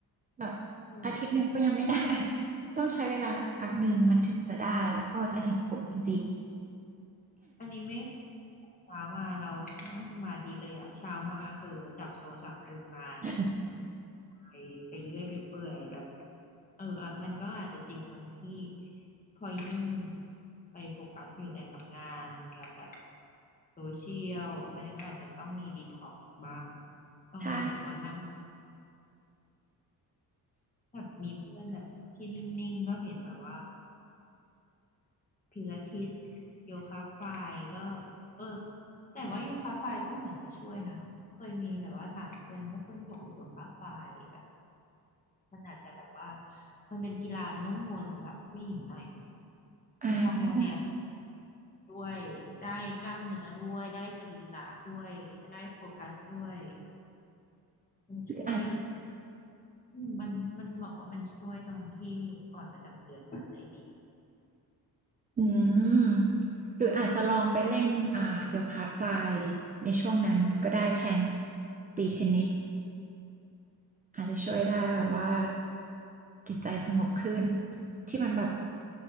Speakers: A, on the right; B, on the left.
A: แบบ
B: เออ
A: อาทิตย์หนึ่งก็ยังไม่ได้ <laughs> ต้องใช้เวลาสักพักหนึ่งมันถึงจะได้แล้วก็จะเห็นผลจริงๆ
B: อันนี้ไม่เช้ามาเรานั่งสมาธิเลยอ่ะเช้ามาคือจับโทรศัพท์ดูงาน
A: <coughs>
B: ไปไปเรื่อยไปเปื่อยแบบเอออ่ะมันก็อาจจะจริงตรงที่พอยิ่งไปโฟกัสอยู่แต่กับงานกับแบบโซเชียลมันก็อาจจะต้องมีดีท็อกซ์บ้างต้องมีแบบว่านั่ง
A: ใช่
B: แบบมีเพื่อนแบบที่นิ่งๆก็เห็นแบบว่า พิลาทิสโยคะฟลายก็เออแต่ว่าโยคะฟลายก็เหมือนจะช่วยนะเคยมีแบบว่าถามเพื่อนก็เพื่อนก็บอกโยคะฟลายแบบมันอาจจะแบบว่ามันเป็นกีฬานุ่มนวลสำหรับผู้หญิงหน่อยไหมคะ
A: อ่า
B: ออกแนวแนวด้วยได้กล้ามเนื้อด้วยได้สรีระด้วยได้โฟกัสด้วยมันช่วย
A: หรืออาจ
B: อืมมันมันบอกว่ามันช่วยตรงที่ก่อนประจำเดือนมาได้ดี
A: อืมหรืออาจจะลองไปเล่นอ่าโยคะฟลายในช่วงนั้นก็ได้แทนตีเทนนิส อาจจะช่วยได้แบบว่าจิตใจสงบขึ้นที่มันแบบ